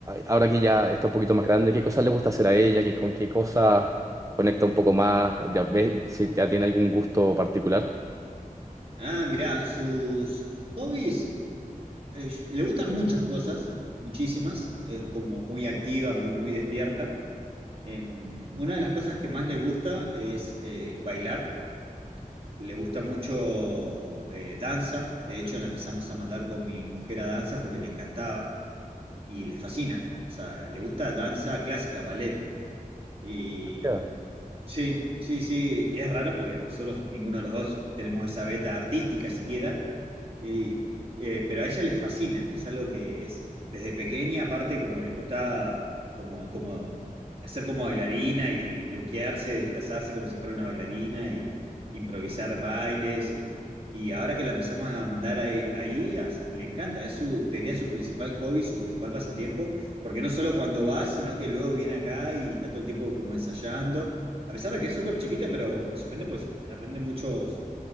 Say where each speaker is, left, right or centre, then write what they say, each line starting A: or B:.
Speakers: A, on the right (about 20°); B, on the right (about 40°).
A: ahora que ya está un poquito más grande, qué cosas le gusta hacer a ella, qué, con qué cosas conecta un poco más? ¿Ya ves si ya tiene algún gusto particular?
B: Ah, mirá, sus hobbies, eh, le gustan muchas cosas, muchísimas. Es como muy activa, muy, muy despierta. Em, una de las cosas que más le gusta es eh, bailar. Le gusta mucho eh, danza. De hecho, la empezamos a mandar con mi mujer a danza porque le encantaba y le fascina. O sea, le gusta danza clásica, ballet. Y
A: Ya.
B: sí, sí, sí, que es raro porque nosotros, ninguno de los dos, tenemos esa beta artística siquiera, y, eh, pero a ella le fascina, es algo que es desde pequeña, aparte como le gustaba como, como hacer como bailarina y luquearse, disfrazarse como si fuera una bailarina y improvisar bailes y, y ahora que la empezamos a mandar ahí, ahí, as- le encanta, es su, te diría su principal hobby, su principal pasatiempo porque no solo cuando va, sino que luego viene acá y está todo el tiempo como ensayando. A pesar de que es súper chiquita, pero me sorprende, pues aprende muchos,